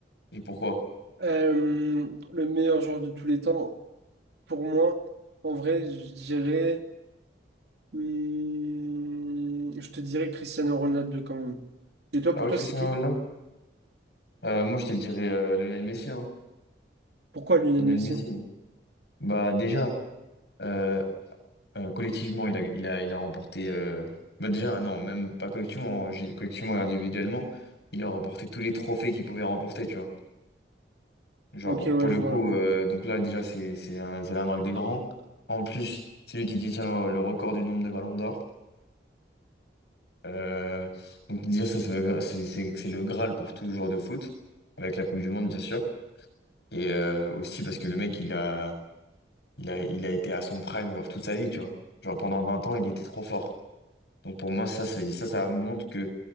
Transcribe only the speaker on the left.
Et pourquoi?
Ah
ouais,
Cristiano
Ronaldo? Euh, moi, je te dirais euh, Lionel Messi, hein.
Lionel
Messi. Bah déjà. euh, Euh, collectivement, il a, il a, il a remporté. euh, bah déjà, non, même pas collectivement, hein, j'ai- collectivement et individuellement, il a remporté tous les trophées qu'il pouvait remporter, tu vois. Genre,
pour le
coup, euh, donc là, déjà, c'est c'est un- c'est la marque des grands. En plus, c'est lui qui détient le record du nombre de ballons d'or. Euh, donc, déjà, ça, ça veut- c'est c'est- c'est le Graal pour tout joueur de foot, avec la Coupe du Monde, bien sûr. Et euh, aussi parce que le mec, il a, il a, il a été à son prime, genre, toute sa vie, tu vois. Genre, pendant 20 ans, il était trop fort. Donc pour moi, ça, c'est- ça, ça montre que.